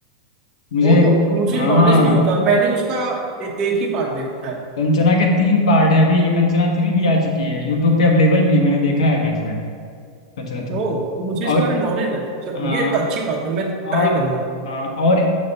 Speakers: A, on the left; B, on the right.
A: मुझे
B: ओ तो मुझे
A: हाँ
B: नॉलेज नहीं होता मैंने उसका ए, एक ही पार्ट देखा है
A: कंचना के तीन पार्ट है अभी ये कंचना थ्री भी आ चुकी है यूट्यूब पे अवेलेबल भी है, मैंने देखा है कंचना कंचना थ्री
B: ओ तो मुझे
A: और
B: इसके बारे में नॉलेज नहीं था चलो,
A: हाँ,
B: ये तो अच्छी बात है मैं
A: और
B: ट्राई करूंगा
A: हाँ, और